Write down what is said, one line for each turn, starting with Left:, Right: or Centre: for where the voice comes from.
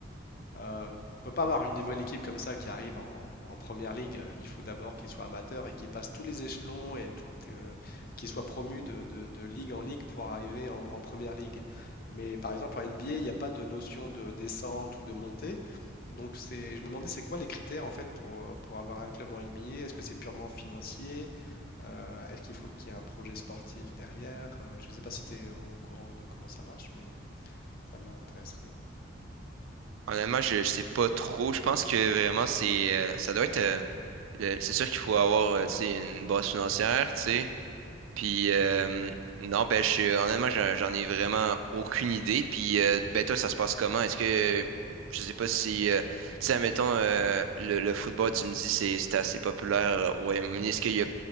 Left: euh, on ne peut pas avoir une nouvelle équipe comme ça qui arrive en, en première ligue. Euh, Il faut d'abord qu'ils soient amateurs et qu'ils passent tous les échelons et tout, euh, qu'ils soient promus de, de- de ligue en ligue pour arriver en, en première ligue. Mais par exemple, en NBA, il n'y a pas de notion de descente ou de montée. Donc c'est, je me demandais c'est quoi les critères en fait pour, euh, pour avoir un club en NBA? Est-ce que c'est purement financier? Euh, est-ce qu'il faut qu'il y ait un projet sportif derrière? Euh, je ne sais pas si tu es au courant de comment ça marche, mais ça m'intéresserait.
Right: Honnêtement, je ne sais pas trop. Je pense que vraiment, c'est euh, ça doit être... euh, le- c'est sûr qu'il faut avoir euh, tu sais, une base financière, tu sais. Puis euh, non, ben je suis- honnêtement, j'en j'en ai vraiment aucune idée. Puis euh, ben toi, ça se passe comment? Est-ce que je sais pas si euh, tu sais, admettons euh, le, le football, tu me dis c'est c'est assez populaire au Royaume-Uni. Est-ce qu'il y a